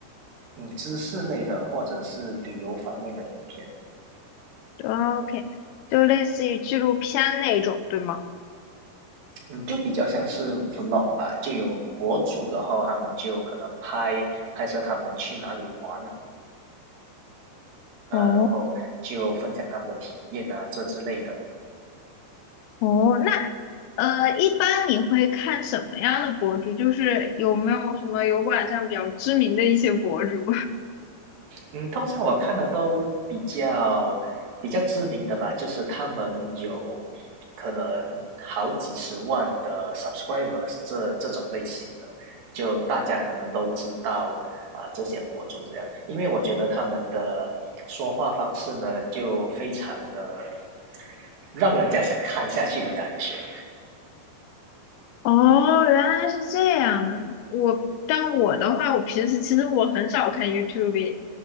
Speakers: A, on the right; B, on the left.
A: 嗯知识类的或者是旅游方面的影片。
B: ？OK，就类似于纪录片那种，对吗？
A: 嗯，就比较像是 vlog 吧，就有博主，然后他们就可能拍拍摄他们去哪里玩啊，
B: 哦
A: 然后就分享他们的体验啊，这之类的。
B: 哦，那呃，一般你会看什么样的博主？就是有没有什么有晚上比较知名的一些博主？
A: 嗯，通常我看的都比较比较知名的吧，就是他们有可能好几十万的 subscribers 这这种类型的，就大家可能都知道啊、这些博主这样，因为我觉得他们的说话方式呢，就非常的让人家想看下去的感觉。
B: 哦，原来是这样的。我，但我的话，我平时其实我很少看 YouTube，